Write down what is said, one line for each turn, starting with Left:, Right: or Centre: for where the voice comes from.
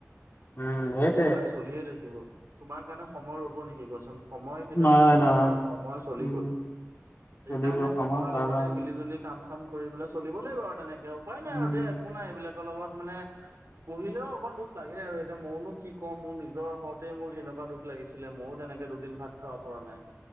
Left: উম, সেইটোৱে।
Right: সেইবিলাক চলিয়ে থাকিব। তোমাৰ কাৰণে সময় ৰ'ব নেকি কোৱাচোন? সময় কেতিয়াও
Left: নহয়,
Right: থমকি
Left: নহয়,
Right: নৰয়, সময় চলিবই
Left: উম,
Right: সেইকাৰণে
Left: চলিব ক্ষমা
Right: সময়ৰ
Left: কৰা,
Right: লগতে মিলি জুলি কাম চাম কৰি পেলাই চলিব লাগিব আৰু তেনেকে উপায় নাই
Left: উম।
Right: আৰু দিয়া একো নাই এইবিলাক। লগত মানে পঢ়িলেও অকণ দুখ লাগে আৰু এতিয়া মইনো কি কম মোৰ নিজৰ হওতে মোৰ এনে তেনেকা দুখ লাগিছিলে মইয়ো তেনেকে দুদিন ভাত খাব পৰা নাই।